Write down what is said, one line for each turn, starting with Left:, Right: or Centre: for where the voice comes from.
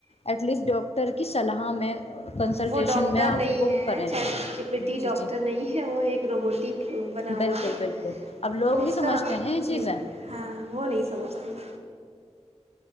Left: ایٹ لیسٹ ڈٹر تر کیی صلاحہ میں کنسلٹیشن
Right: وہ ڈاکٹر
Left: میں آپ
Right: نہیں
Left: وہ
Right: ہے
Left: کریں
Right: چاہے چپٹی
Left: جی
Right: ڈاکٹر
Left: جی
Right: نہیں ہے وہ ایک روبوٹک بنا ہوا
Left: بالکل
Right: ہے
Left: بالکل اب لوگ
Right: تو اس
Left: نہیں سمجھتے
Right: کا
Left: نا یہ
Right: جی
Left: چیزیں اور
Right: ہاں وہ نہیں سمجھتے ہیں